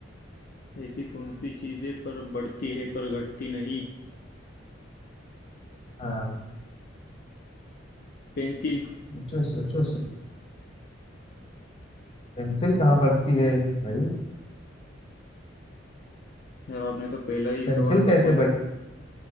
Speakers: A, on the left; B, on the left.
A: ऐसी कौन सी चीजें पर बढ़ती है पर घटती नहीं
B: हाँ
A: पेंसिल
B: सोचो सोचो सो- पेंसिल कहाँ बढ़ती है भाई
A: यार आपने तो पहला ही
B: पेंसिल
A: सवाल तो
B: कैसे
A: बहुत
B: बढ़ती है